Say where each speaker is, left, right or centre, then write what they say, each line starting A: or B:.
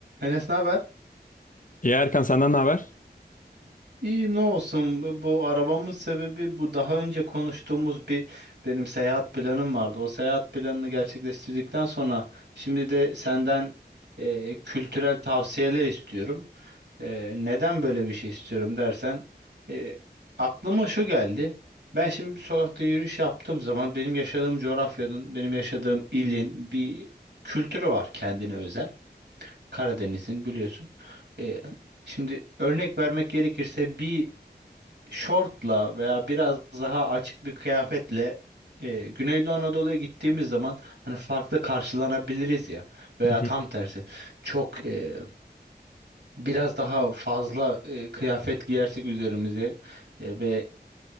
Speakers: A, on the right; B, on the left.
A: Enes ne haber?
B: İyi Erkan senden ne haber?
A: İyi ne olsun bu, bu arabamın sebebi bu daha önce konuştuğumuz bir benim seyahat planım vardı. O seyahat planını gerçekleştirdikten sonra şimdi de senden e, kültürel tavsiyeler istiyorum. E, neden böyle bir şey istiyorum dersen e, aklıma şu geldi. Ben şimdi bir sokakta yürüyüş yaptığım zaman benim yaşadığım coğrafyanın, benim yaşadığım ilin bir kültürü var kendine özel. Karadeniz'in biliyorsun. E, şimdi örnek vermek gerekirse bir şortla veya biraz daha açık bir kıyafetle e, Güneydoğu Anadolu'ya gittiğimiz zaman hani farklı karşılanabiliriz ya veya
B: Hı
A: tam tersi çok e, biraz daha fazla e, kıyafet giyersek üzerimize e, ve